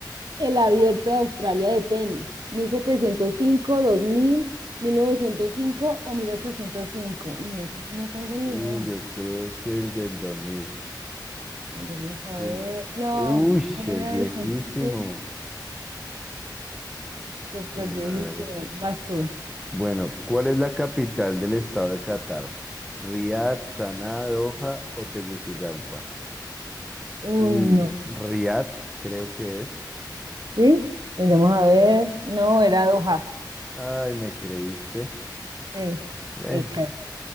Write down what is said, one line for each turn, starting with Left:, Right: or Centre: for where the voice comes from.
Right: el Abierto de Australia de tenis? ¿Mil mil, setecientos cinco, dos mil mil novecientos cinco o 1805? Uy, no sé si no tengo ni
Centre: Uy,
Right: idea.
Centre: yo creo que el del 2000.
Right: Vamos a
Centre: Yo
Right: ver.
Centre: me-
Right: No,
Centre: Uy,
Right: mil
Centre: es
Right: novecientos
Centre: viejísimo.
Right: cinco. súper
Centre: Mi
Right: viejito.
Centre: madre.
Right: Vas tú.
Centre: Bueno, ¿cuál es la capital del estado de Qatar? ¿Riad, Saná, Doha o Tegucigalpa?
Right: Uy,
Centre: Uy,
Right: no.
Centre: Riad, creo que es.
Right: ¿Sí? Vamos a ver. No, era Doha.
Centre: Ay, me creíste.
Right: Sí,
Centre: Bueno,
Right: sí, casi.